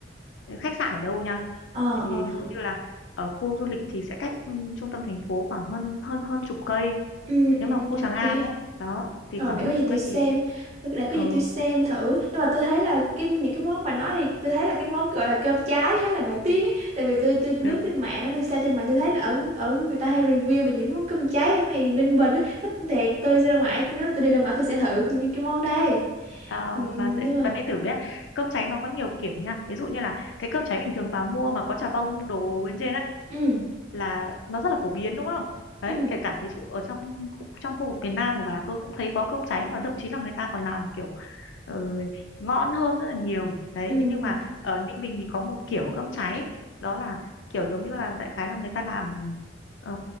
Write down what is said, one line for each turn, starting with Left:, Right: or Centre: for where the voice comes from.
Left: khách sạn ở đâu nha
Right: ờ
Left: tại vì
Right: ờ
Left: ví dụ như là ở khu du lịch thì sẽ cách ừ, trung tâm thành phố khoảng hơn hơn hơn chục cây
Right: Ừ,
Left: nếu
Right: ừ,
Left: mà khu Tràng
Right: ok.
Left: An ấy đó thì
Right: Rồi
Left: khoảng
Right: để
Left: hơn
Right: có gì
Left: chục cây
Right: tôi xem,
Left: thì
Right: để
Left: ờ,
Right: có gì tôi xem thử. Nhưng mà tôi thấy là cái những cái món bà nói thì tôi thấy là cái món gọi là cơm cháy khá là nổi tiếng ấy. Tại vì tôi tôi lướt
Left: ừ,
Right: trên mạng, tôi xem trên mạng tôi thấy là ở ở người ta hay review về những món cơm cháy ở ngoài Ninh Bình ấy. Có thiệt tôi ra ngoài, tôi nếu mà tôi đi ra ngoài tôi sẽ thử những cái món đây.
Left: à,
Right: Ừ,
Left: và dễ
Right: đúng rồi.
Left: bạn nên thử với ạ. cơm cháy nó có nhiều kiểu nha ví dụ như là cái cơm cháy bình thường bà mua mà có chả bông đồ bên trên ấy
Right: Ừ,
Left: là nó rất là phổ biến đúng không đấy
Right: ừ,
Left: kể cả ví dụ ở trong khu- trong khu vực miền Nam của bà là tôi cũng thấy có cơm cháy và thậm chí là người ta còn làm kiểu ừ, ngon hơn rất là nhiều đấy
Right: ừ.
Left: thế nhưng mà ở Ninh Bình thì có một kiểu cơm cháy đó là kiểu giống như là đại khái là người ta làm ờ,